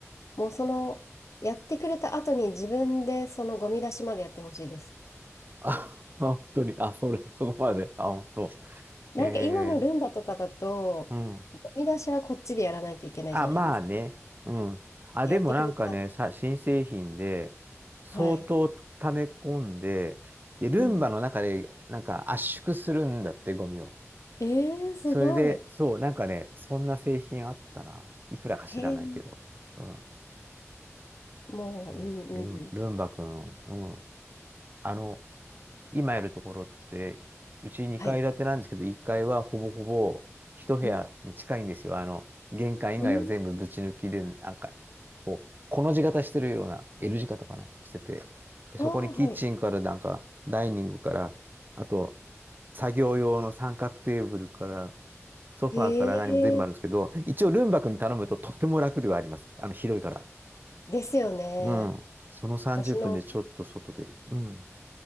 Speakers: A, on the left; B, on the right.
A: もうその、やってくれた後に自分でそのゴミ出しまでやってほしいです。
B: あ、<laughs> 本当に。あ、それ、そこまで。あ、本当。
A: なんか今のルンバとかだと、
B: えー、うん。
A: ゴミ出しはこっちでやらないといけないじゃないですか。
B: あ、まあね。うん。あ、
A: やってくれた。
B: でもなんかね、さ、新製品で、相当溜め込んで、
A: はい。
B: で、ルンバの中で、
A: うん。
B: なんか圧縮するんだって、ゴミを。
A: えー、すごい。
B: それで、そう、なんかね、そんな製品あったな。いくらか知らないけど。
A: へえ。
B: うん。
A: もう、
B: そうルン、
A: うんうんうん。
B: ルンバくん、うん。あの、今やるところって、うち2階建てなんですけど、
A: はい。
B: 1階はほぼほぼ一部屋に近いんですよ。
A: うん。
B: あの、玄関以外は全部ぶち抜きで、
A: うん
B: なんか、こう、この字型してるような、L 字型かな、してて。で、
A: ああ、
B: そこにキッチンからなんか、
A: は
B: ダイニングから、あと、作業用の三角テーブルから、ソファーから何も全部あるんですけど、
A: い。へえ。
B: 一応ルンバ君に頼むととっても楽ではあります。あの、広いから。
A: ですよね。
B: うん。その30分でちょっと外出る。
A: 私の
B: うん。